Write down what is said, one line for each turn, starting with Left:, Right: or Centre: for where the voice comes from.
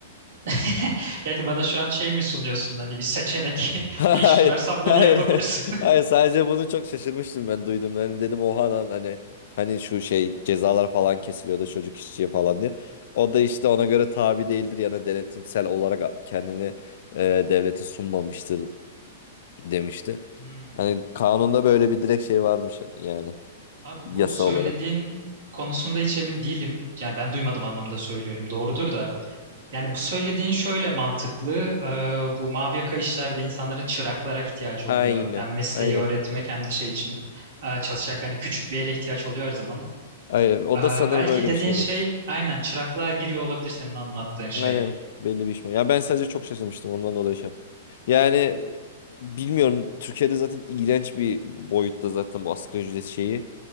Right: <laughs> Yani bana şu an şey mi sunuyorsun hani bir seçenek <laughs>
Left: Hayır,
Right: bir iş kurarsan bunu
Left: hayır,
Right: yapabilirsin.
Left: hayır. Hayır, sadece bunu çok şaşırmıştım ben duyduğumda. Hani dedim oha lan hani hani şu şey cezalar falan kesiliyordu çocuk işçiye falan diye. O da işte ona göre tabi değildir yani denetimsel olarak kendini e, devlete sunmamıştır demişti.
Right: Hmm.
Left: Hani kanunda böyle bir direkt şey varmış e, yani
Right: Abi
Left: yasa
Right: bu söylediğin
Left: olarak.
Right: konusunda hiç emin değilim. Yani ben duymadım anlamında söylüyorum. Doğrudur da. Yani bu söylediğin şöyle mantıklı. Ee, bu mavi yaka işlerde insanların çıraklara ihtiyacı
Left: Aynen,
Right: oluyor. Hem mesleği
Left: aynen,
Right: öğretmek hem de şey için. Ee, çalışacak hani küçük bir ele ihtiyaç oluyor her zaman.
Left: aynen. O
Right: Ee,
Left: da sanırım
Right: belki
Left: öyle
Right: dediğin
Left: bir şey
Right: şey
Left: demişti.
Right: aynen çıraklığa giriyor olabilir senin anlattığın şey.
Left: Aynen belli bir iş mi? Ya ben sadece çok şaşırmıştım ondan dolayı şey yaptım. Yani bilmiyorum Türkiye'de zaten iğrenç bir boyutta zaten bu asgari ücret şeyi.